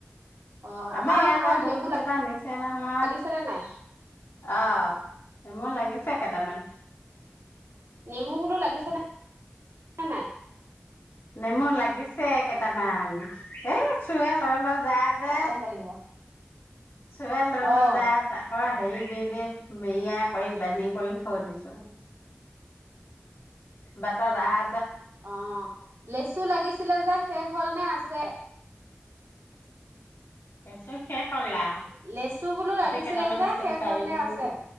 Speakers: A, on the right; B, on the left.
A: অ',
B: এইবাৰ
A: আমাৰ
B: ইয়াতে
A: ঘৰত
B: বহুত
A: নেমু
B: কেইটা নিছে নহয়,
A: লাগিছেনে নাই
B: অ', নেমু লাগিছে। ছে কেইটামান।
A: নেমু বোলো লাগিছে নে নাই।
B: নেমু লাগিছে কেইটামান এই চোৰে লৈ লৈ যায়। যে
A: আহিব লাগিব
B: চোৰে লৈ লৈ
A: অ',
B: যায় আটাইবোৰ হেৰি দি দি মেৰীয়া কৰি বান্ধি কৰি থৈ দিছো। বাটত আহা
A: অ লেচু লাগিছিলে যে শেষ হ'ল নে আ আছে
B: লেচু শেষ হ'ল আৰু
A: লেচু বোলো
B: গোটেই
A: লাগিছিলে
B: কেইটামান
A: যে
B: আছিল
A: শেষ
B: পাৰিলো
A: হল নে আছে।